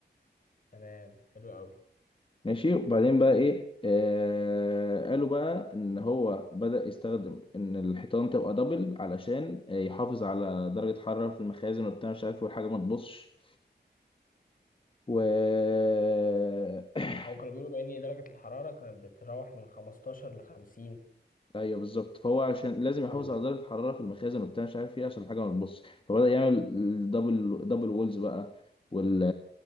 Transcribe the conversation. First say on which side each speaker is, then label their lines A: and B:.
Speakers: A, on the left; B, on the left.
A: تمام حلو قوي
B: ماشي وبعدين بقى ايه آه قالوا بقى ان هو بدأ يستخدم ان الحيطان تبقى دبل علشان آه، يحافظ على درجة حرارة في المخازن وبتاع مش عارف إيه، والحاجة ما تبصش و <coughs>
A: او كانوا بيقولوا بان درجة الحرارة كانت بتتراوح من 15 ل 50
B: ايوه بالظبط فهو عشان لازم
A: وال...
B: يحافظ على درجة الحرارة في المخازن وبتاع مش عارف ايه عشان الحاجة ما تبصش فبدأ يعمل دبل دبل وولز بقى وال